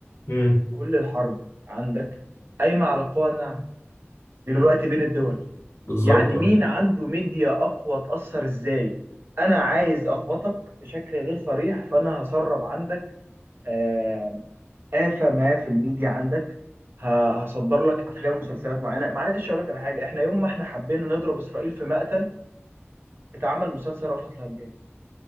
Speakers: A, on the left; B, on the right.
A: امم
B: كل الحرب عندك قايمة على القوة الناعمة دلوقتي بين الدول
A: بالظبط
B: يعني
A: اه
B: مين عنده ميديا اقوى تأثر ازاي انا عايز اخبطك بشكل غير صريح فانا هسرب عندك آه، آفة ما في الميديا عندك ه- هصدر لك افلام ومسلسلات معينة معلش اقول لك على حاجة احنا يوم ما احنا حبينا نضرب اسرائيل في مقتل اتعمل مسلسل رأفت الهجان